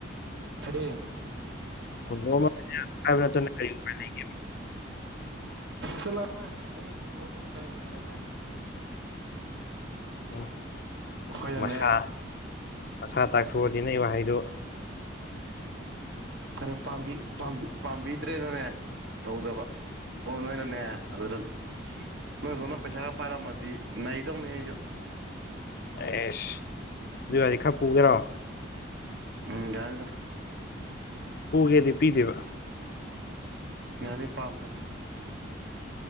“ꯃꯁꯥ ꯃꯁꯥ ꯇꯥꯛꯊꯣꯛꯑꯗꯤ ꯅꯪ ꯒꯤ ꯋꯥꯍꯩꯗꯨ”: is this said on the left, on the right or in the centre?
Left